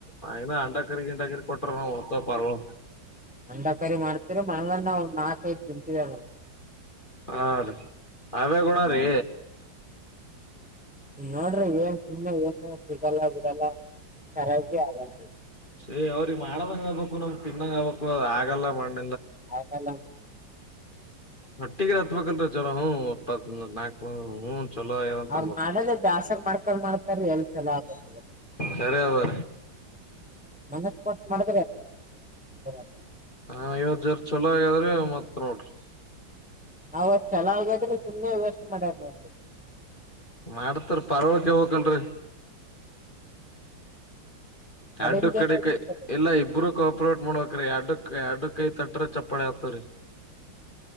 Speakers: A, on the left; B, in the centre.
A: ಆ ಅಂಂಡ ಕರಿ ಗಿಂಡಕರ್ ಕೊಟ್ರ ನಾವವು ಹೊಡ್ತ ಪಾರ್ಳ
B: ಅಂಡಕರಿ ಮಾಡ್ತೀರ ಮಣಂಗಣ ಅವ್ ನಾಲ್ಕೈ ತಿಂತಿದೇವ್ ನೋಡು.
A: ಹಾ ರೀ ಅವೇ ಗುಣ ರೀ.
B: ನೋಡ್ರಿ ಏನ್ ಸುಮ್ಮನೆ ಏನು ಸಿಗಲ್ಲ ಬಿಡಲ್ಲ ಕರೆದ ಬೀ ಆಗಲ್ಲ ರಿ
A: ಸೇ ಅವ್ರಿಗೆ ಮಾಡದಂಗ ಆಗ್ಬೇಕು ನಮ ತಿನ್ನಂಗ ಆಗ್ಬೇಕು ಆಗಲ್ಲ ಮಣ್ಣ.
B: ಆಗಲ್ಲ
A: <unintelligible> ಅಂತ
B: ಅವರು
A: ಅನ್ಬಕ್
B: ಮಾಡದೆ ಬ್ಯಾಸ್ರು ಮಾಡಕೊಂಡ ಮಾಡತ್ತಾರ ರಿ ಎಲ್ಲಿ ಚೆಲೋ ಆಗುತ್ತದ.
A: ಸರಿ ಅದ್ರೀ
B: ಮನುಸ್ಕೊಟ್ಟು ಮಾಡು <unintelligible>
A: ಹಾ ಇವತ್ ಜರ ಚೊಲೋ ಆಗ್ಯಾದ್ರಿ. ಮತ್ ನೋಡ್ರಿ
B: ಅವತ್ತು ಚಲೋ ಆಗ್ಯಾದ್ರಿ ಸುಮ್ಮ್ನೆ ವೇಸ್ಟ್ ಮಾಡ್ಯರ ನೋಡ್ರಿ.
A: ಮಾಡ್ತಾರ ಪಾರ್ಗಳು ಕೇಳ್ಬೇಕಲ್ರಿ. ಕಡು
B: ಕಡಿಮ್ ಜನ
A: ಕಡೆ
B: ಇದ್ದಿದ್ದಾರೆ
A: ಎಲ್ಲಾ ಇಬ್ಬರು ಕಾಪರೇಟ್ ಮಾಡ್ಬೇಕ್ರೀ ಎರಡ್ಕ್ ಎಡ್ ಕೈ ತಟ್ರ ಚಪ್ಪಾಳ ಆತದ್ರಿ.